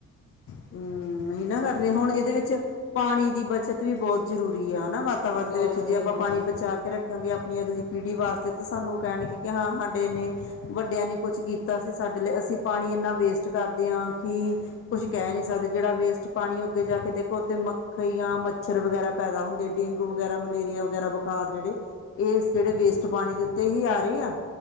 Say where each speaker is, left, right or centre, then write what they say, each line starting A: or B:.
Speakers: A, on the left; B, on the left.
A: ਹੂੰ, ਨਹੀਂ ਨਾ ਕਰਦੇ। ਹੁਣ ਇਹਦੇ ਵਿੱਚ ਪਾਣੀ ਦੀ ਬੱਚਤ ਵੀ ਬਹੁਤ ਜ਼ਰੂਰੀ ਆ, ਹਨਾ? ਵਾਤਾਵਰਨ
B: ਬਹੁਤ
A: ਦੇ ਵਿੱਚ,
B: ਜ਼ਰੂਰੀ
A: ਜੇ ਆਪਾਂ
B: ਹਾਂਜੀ
A: ਪਾਣੀ ਬਚਾ ਕੇ ਰੱਖਾਂਗੇ। ਆਪਣੀ ਅਗਲੀ ਪੀੜੀ ਵਾਸਤੇ ਤਾਂ ਸਾਨੂੰ ਉਹ ਕਹਿਣਗੇ, ਕਿ ਹਾਂ, ਸਾਡੇ ਇੰਨੇ ਵੱਡਿਆਂ ਨੇ ਕੁਛ ਕੀਤਾ ਸੀ ਸਾਡੇ ਲਈ ਅਸੀਂ ਪਾਣੀ ਇੰਨਾ ਵੇਸਟ ਕਰਦੇ ਹਾਂ ਕਿ ਕੁਝ ਕਹਿ ਨਹੀਂ ਸਕਦੇ ਜਿਹੜਾ ਵੇਸਟ ਪਾਣੀ ਅੱਗੇ ਜਾ ਕੇ ਦੇਖੋ ਉੱਥੇ ਮ ਮੱਖੀਆਂ ਮੱਛਰ ਵਗੈਰਾ ਪੈਦਾ ਹੁੰਦੇ ਡੇਂਗੂ ਵਗੈਰਾ ਮਲੇਰੀਆ ਵਗੈਰਾ ਬੁਖਾਰ ਜਿਹੜੇ ਇਹ ਜਿਹੜੇ ਵੇਸਟ ਪਾਣੀ ਦੇ ਉੱਤੇ ਹੀ ਆ ਰਹੇ ਆ